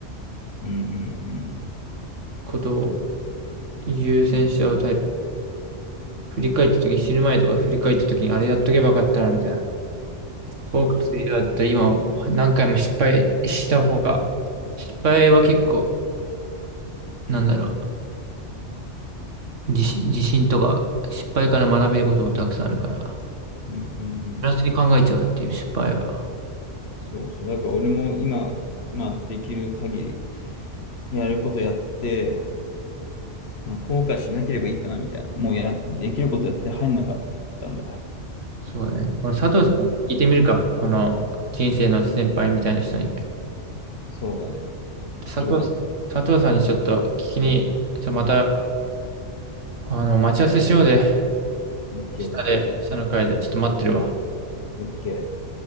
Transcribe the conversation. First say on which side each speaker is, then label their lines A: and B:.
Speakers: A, on the left; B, on the right.
A: うんうんうん。
B: ことを優先しちゃうタイプ。振り返った時に死ぬ前とか振り返った時にあれやっとけばよかったなみたいな。
A: そうそうそう。
B: 後悔するようだったら今を何回も失敗した方が、失敗は結構、なんだろう、自信、自信とか失敗から学べることもたくさんあるから、
A: うんうんうん。
B: プラスに考えちゃうっていう失敗は。
A: そうそう。だから俺も今、まあできる限りやることやって、もう後悔しなければいいかなみたいな。もうや、できることやって入んなかったんだから。
B: そうだね。この佐藤さん、聞いてみるか。あの、人生の先輩みたいな人に。
A: そうだね。
B: 佐藤さん、
A: 聞くわ。
B: 佐藤さんにちょっと聞きに、ちょっとまた、あの、待ち合わせしようぜ。
A: オッケーオッケー。
B: 下で、下の階で。ちょっと待ってるわ。
A: オッケー。